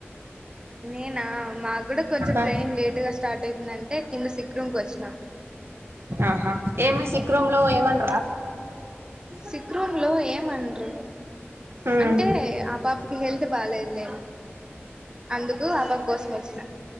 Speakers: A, on the right (about 20°); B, on the right (about 65°).
A: నేనా మాకు కూడా కొంచెం
B: ఆ
A: ట్రైనింగ్ లేట్ గా స్టార్ట్ అవుతుందంటే కింద సిక్రూమ్ కు వచ్చినాం
B: ఆహా ఏమి సిక్రూమ్ లో ఏమంత
A: సిక్ రూమ్ లో ఏమనరు
B: ఉమ్
A: అంటే ఆ పాపకి హెల్త్ బాలేదులే అందుకు ఆ పాప కోసం వచ్చ